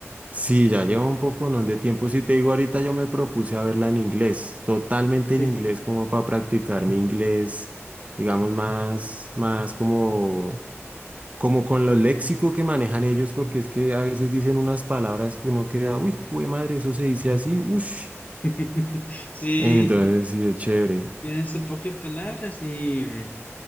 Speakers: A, on the right; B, on the left.
A: sí, ya lleva un poco, ¿no? de tiempo. Si te digo ahorita, yo me propuse a verla en inglés, totalmente
B: Sí.
A: en inglés, como para practicar mi inglés, digamos, más, más como como con lo léxico que manejan ellos, porque es que a veces dicen unas palabras que uno queda, uy, jue madre, eso se dice así, ush.
B: <laughs> Sí,
A: Entonces,
B: t-
A: sí, es chévere.
B: tienen sus propias palabras y...